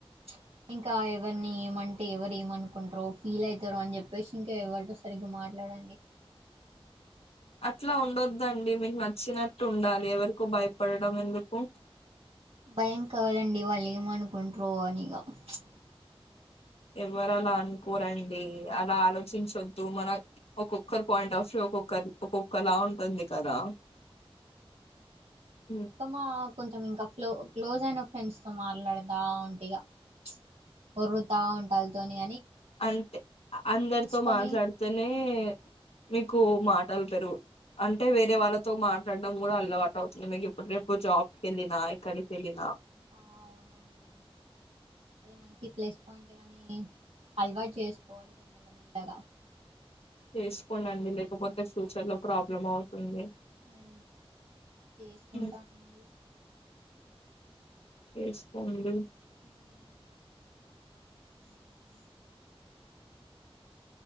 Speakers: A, on the right; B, on the left.
A: ప్చ్ ఇంకా ఎవరిని ఎం అంటే ఎవరు ఏమనుకుంటారో. ఫీల్ అయితార అని చెప్పేసి ఇంకా ఎవరితో సరిగ్గా మాట్లాడండి.
B: అట్లా ఉండోద్దండి మీకు నా వచ్చినట్టు ఉండాలి ఎవరికో భయపడడం ఎందుకు.
A: భయం కాదు అండి వాళ్ళు ఏమనుకుంట్రో అనిగ ప్చ్
B: ఎవరు అలా అనుకోరండి అలా ఆలోచించొద్దు
A: ఉమ్,
B: మనం ఒక్కొక్కరు పాయింట్ ఆఫ్ వ్యూ ఒక్కొక్కరు ఒక్కొక్కలా ఉంటుంది కదా. ఉమ్,
A: అత్తమ్మ కొంచెం ఇంకా ఫ్లో క్లోజ్ అయిన ఫ్రెండ్స్ తో మాట్లాడదా ఉంటిగా ప్చ్ ఒర్రుతా ఉంటా అల్తోని
B: అంతె అందరితో
A: తోని
B: మాట్లాడితేనే మీకు మాటలు పెరుగు అంటే వేరే వాళ్ళతో మాట్లాడడం కూడా అల్లవాటు అవుతుంది మీకు ఇప్పుడు రేపు జాబ్ కెళ్ళినా ఎక్కడికెళ్ళిన
A: ఆ ఔనండి అది మంచి ప్లేస్ పాయింటె గాని ని అల్వాట్ చేస్కోవాల్ ఇగ మెల్లమెల్లగా.
B: చేస్కోండి అండి లేకపోతే ఫ్యూచర్ లో ప్రాబ్లం అవుతుంది.
A: ఉ చేస్కుంటానండి
B: ఉమ్, ఎస్కొండి
A: మ్